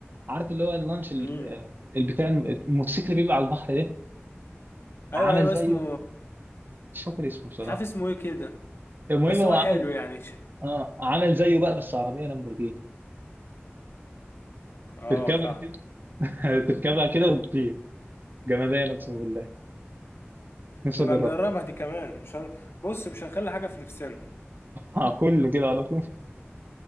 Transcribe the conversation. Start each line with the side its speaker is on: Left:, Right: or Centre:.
Right: عارف اللي هو اللانش ال-
Left: امم
Right: آه، البتاع الم- الموتوسيكل اللي بيبقى على البحر ده
Left: ايوه
Right: عمل
Left: ايوه
Right: زيه
Left: اسمه
Right: مش فاكر اسمه بصراحه
Left: مش عارف اسمه ايه كده
Right: المهم
Left: بس
Right: هو
Left: هو حلو
Right: عمل
Left: يعني ش...
Right: اه عامل زيه بقى بس عربيه لامبورجيني
Left: اه
Right: تركبها
Left: فاهم
Right: كده <laughs> تركبها كده وتطير جمدان اقسم بالله نفسي
Left: نبقى
Right: اجربها
Left: نجربها دي كمان مش هن... بص مش هنخلي حاجة في نفسنا
Right: آه، كله كده على طول